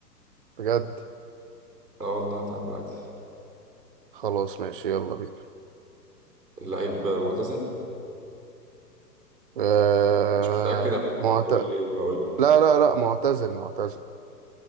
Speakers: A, on the right; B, on the right.
A: بجد
B: اه والله هتعامل عادي
A: خلاص ماشي يلا بينا
B: اللعيب معتزل
A: آه
B: مش متأكد عادي
A: معت...
B: برضه قول
A: لا
B: لي ما اقول لي
A: لا لا معتزل معتزل